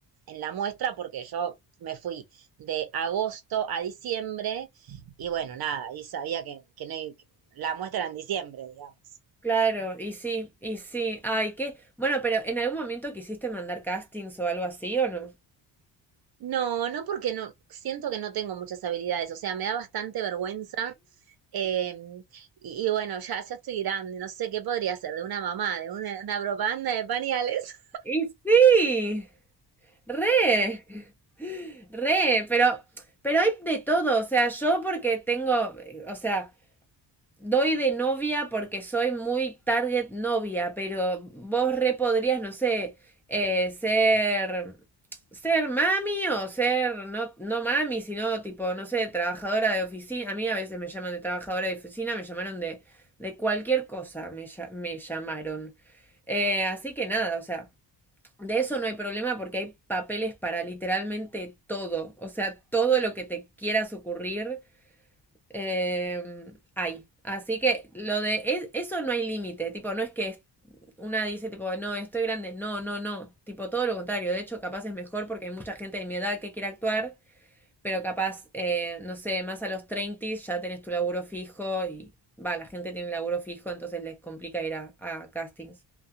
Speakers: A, on the right; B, in the centre.
A: en la muestra porque yo me fui de agosto a diciembre y bueno, nada, y sabía que, que no hay- que la muestra era en diciembre, digamos.
B: Claro, y sí, y sí. Ay, qué. Bueno, pero ¿en algún momento quisiste mandar castings o algo así o no?
A: No, no porque no, siento que no tengo muchas habilidades, o sea, me da bastante vergüenza. eh, y, y bueno, ya, ya estoy grande, no sé qué podría ser de una mamá, de una, una propaganda de pañales.
B: Y sí. Re, re, pero, pero hay de todo, o sea, yo porque tengo, eh, o sea, doy de novia porque soy muy target novia, pero vos re podrías, no sé, eh, ser ser mami o ser no, no mami, sino tipo, no sé, trabajadora de oficina. A mí a veces me llaman de trabajadora de oficina, me llamaron de, de cualquier cosa, me, me llamaron. Eh, así que nada, o sea, de eso no hay problema porque hay papeles para literalmente todo, o sea, todo lo que te quieras ocurrir eh, hay. Así que lo de es- eso no hay límite, tipo, no es que es- una dice tipo, no, estoy grande, no, no, no, tipo, todo lo contrario, de hecho capaz es mejor porque hay mucha gente de mi edad que quiere actuar, pero capaz, eh, no sé, más a los 30 ya tenés tu laburo fijo y va, la gente tiene laburo fijo, entonces les complica ir a, a castings.